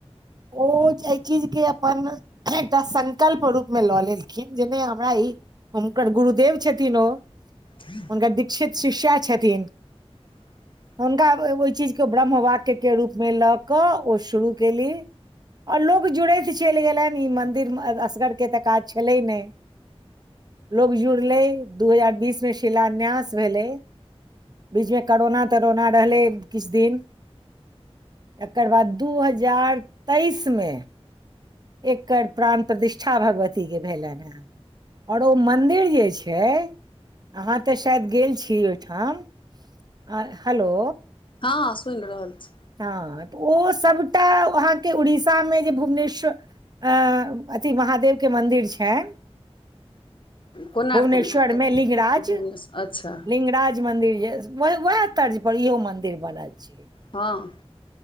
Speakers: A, on the right; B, on the left.
A: ओ एहि चीज के अपन एकटा संकल्प रूपमे लऽ लेलखिन जे ने हमरा ई हुनकर गुरुदेव छथिन ओ
B: ह <unintelligible>
A: हुनकर दीक्षित शिष्या छथिन
B: ह <inaudible>
A: तऽ हुनका ओहि चीजके ब्रह्म वाक्यके रूपमे लऽ कऽ ओ शुरू केली आ ओर लोग जुड़ैत चइलि गेलनि ई मन्दिर मे असगरके तऽ काज छलै नहि लोग जुड़लै दू हजार बीस में शिलान्यास भेलै बीचमे करोना तरोना रहलै किछ दिन एकर बाद दू हजार तेइस मे एकर प्राण प्रतिष्ठा भगवती के भेलनि हेँ आओर ओ मन्दिर जे छै अहाँ तऽ शायद गेल छी ओहिठाम आ हेलो
B: हँ सुनि रहल छी
A: हँ तऽ ओ सबटा अहाँके उड़ीसामे जे भुवनेश्वर अ अथी महादेव के मंन्दिर छै
B: कोणार्क
A: भुवनेश्वर
B: भुवनेश्वर
A: मे लिंगराज
B: अच्छा
A: लिंगराज मन्दिर जे वैह वैह तर्ज पर इहो मंदिर बनल छै
B: हँ